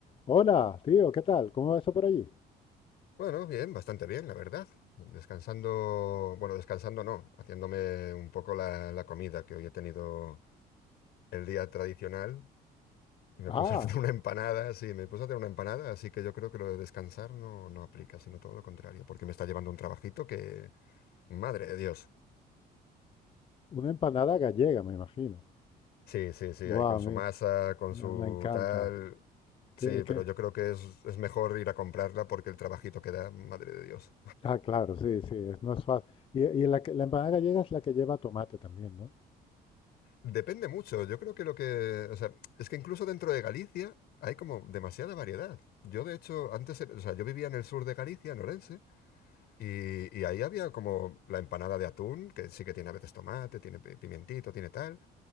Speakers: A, on the left (about 30°); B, on the left (about 70°).
A: Hola, tío, ¿qué tal? ¿Cómo va eso por allí?
B: Bueno, bien, bastante bien, la verdad. Descansando, bueno, descansando no, haciéndome un poco la, la comida, que hoy he tenido el día tradicional y me
A: Ah,
B: puse a hacer una empanada, sí, me puse a hacer una empanada, así que yo creo que lo de descansar no, no aplica, sino todo lo contrario, porque me está llevando un trabajito que, madre de Dios.
A: una empanada gallega, me imagino.
B: Sí, sí, sí, ahí
A: Guau,
B: con su
A: me,
B: masa, con su
A: ah, me encanta.
B: tal, sí,
A: Que-
B: pero
A: que-
B: yo creo que es, es mejor ir a comprarla porque el trabajito que da, madre de Dios.
A: Ah, claro, sí, sí, es- no es fácil. Y, y la, que- la empanada gallega es la que lleva tomate también, ¿no?
B: Depende mucho. Yo creo que lo que, o sea, es que incluso dentro de Galicia hay como demasiada variedad. Yo de hecho antes, o sea, yo vivía en el sur de Galicia, en Orense, y, y ahí había como la empanada de atún, que sí que tiene a veces tomate, tiene pi- pimientito, tiene tal,